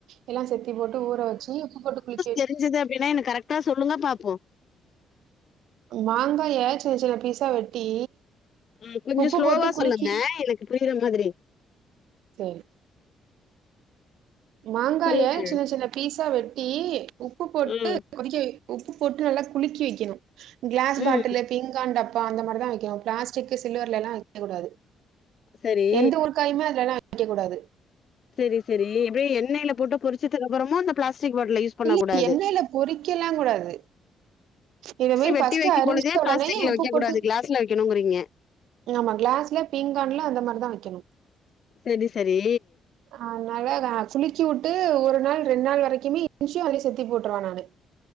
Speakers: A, on the right (about 80°); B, on the left (about 50°).
A: எல்லா செத்தி போட்டு ஊற வச்ச உப்பு போட்டு குளிக்கி
B: தெரி்ஞ்சது அப்டின்னா என்க்கு கரெக்டா சொல்லுங்க பாப்போ
A: மாங்காய சின்ன சின்ன பீஸா வெட்டி
B: ம் கொஞ்சோ
A: உப்பு
B: ஸ்லோவா
A: போட்டு
B: சொல்லுங்க
A: குலுக்கி
B: எனக்கு புரியுற மாதிரி
A: செரி மாங்காய
B: சொல்லுங்க
A: சின்ன சின்ன பீஸா வெட்டி உப்பு போட்டு
B: ம்
A: குலுக்க உப்பு போட்டு நல்லா குலுக்கி வைக்கணு க்ளாஸ் பாட்டில்
B: ம்
A: பிங்கான் டப்பா அந்த மாரிதா வைக்கணு பிளாஸ்டிக் சில்வர்ல எல்லா வைக்கக்கூடாது
B: சரி
A: எந்த ஒரு <unintelligible> அதலலா வக்கெக்கூடாது
B: செரி செரி எப்டி எண்ணெயில போட்டு பொரிச்சதுக்கு அப்புறமொ இந்த பிாஸ்டிக் பாட்டுல யூஸ் பண்ண
A: இல்ல
B: கூடாது
A: எண்ணெயில பொறிக்கலா கூடாது இத மாரி
B: வெட்டி
A: ஃபர்ஸ்ட்
B: வைக்கும்
A: அருஞ்ச
B: பொழுதே
A: ஒடனே
B: பிளாஸ்டிக்ல
A: உப்பு
B: வைக்க
A: போட்டு
B: கூடாது கிளாஸ்ல வைக்கணுங்கிறீங்க
A: ஆமா கிளாஸ்ல பீங்கான்ல அந்த மாரிதா வக்கெணு
B: செரி செரி
A: அத்னால குளுக்கி வுட்டு ஒரு நாள் ரெண்டு நாள் வரைக்குமே <unintelligible> அதுலே சேத்தி போட்ருவே நானு